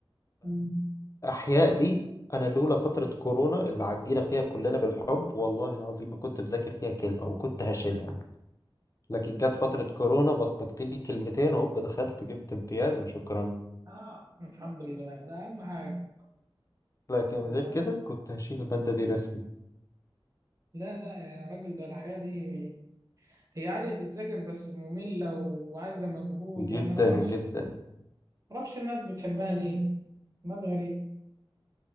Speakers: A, on the right (about 35°); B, on the left (about 35°).
A: مم.
B: فاحياء دي انا لولا فتره كورونا اللي عدينا فيها كلنا بالحب والله العظيم ما كنت بذاكر فيها كلمه وكنت هشيلها لكن جت فتره كورونا بصمجت لي كلمتين وهوب دخلت جبت امتياز وشكرا
A: آه. الحمد لله ده أهم حاجة
B: لكن غير
A: لا
B: كده كنت هشيل الماده دي رسمي
A: لا لا يا راجل ده الأحياء دي هي عادة تتذاكر بس مملة وعايزة مجهود
B: جدا
A: يعني ما أعرفش
B: جدا
A: معرفش الناس بتحبها ليه ناس غريبة